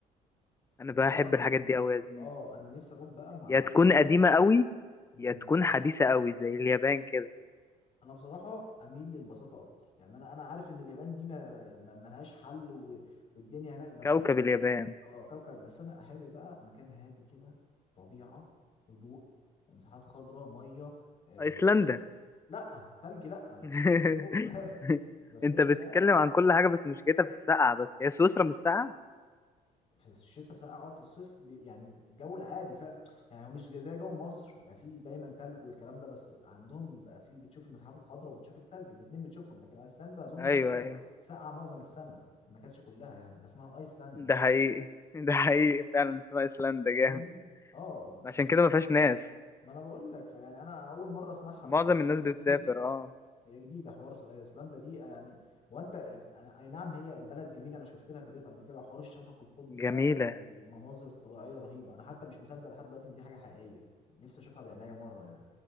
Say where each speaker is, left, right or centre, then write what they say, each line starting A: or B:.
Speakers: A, on the left (about 20°); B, on the left (about 45°).
A: انا
B: وبصراحه
A: بحب الحاجات دي قوي يا زميلي
B: اه انا نفسي اروح بقى مع
A: يا تكون
B: حب
A: قديمة قوي
B: مم.
A: يا تكون حديثة قوي زي اليابان كده
B: انا بصراحه اميل للبساطه اكتر يعني انا انا عارف ان اليابان دي ما ما- ما لهاش حل و... والدنيا هناك بس
A: كوكب
B: انا
A: اليابان
B: اه كوكب بس انا احب بقى مكان هادي كده طبيعه هدوء مساحات خضراء ميه آه...
A: ايسلندا
B: لا تلج لا
A: <laughs>
B: يا برو <laughs> بس
A: انت
B: نفسي
A: بتتكلم
B: بقى
A: عن كل حاجة بس مشكلتها في السقعة بس هي سويسرا مش ساقعة
B: في الشتاء ساقعه وفي الصيف بي- يعني الجو العادي فاهم يعني هو مش زي جو مصر يعني في دايما تلج والكلام ده بس عندهم بيبقى في بتشوف المساحات الخضراء وبتشوف التلج الاتنين بتشوفهم لكن ايسلندا اظن
A: ايوه
B: الجو
A: ايوه
B: ساقعه معظم السنه ما كانتش كلها يعني ده اسمها ايسلندا
A: ده حقيقي <laughs> ده حقيقي فعلا اسمها ايسلندا
B: فاهمني
A: جامد
B: اه
A: عشان
B: فسو...
A: كده ما فيهاش ناس
B: ما انا بقول لك فيعني انا اول مره اسمعها
A: معظم
B: الصراحه
A: الناس
B: هي
A: بتسافر
B: جديده
A: اه
B: هي جديده حوار س- ايسلندا دي آه، يعني وانت يعني أنا اي نعم هي البلد جميله انا شفت لها فيديوهات قبل كده حوار الشفق القطبي
A: جميلة
B: ده يعني مناظر طبيعيه رهيبه انا حتى مش مصدق لحد دلوقتي ان دي حاجه حقيقيه نفسي اشوفها بعناية مره يعني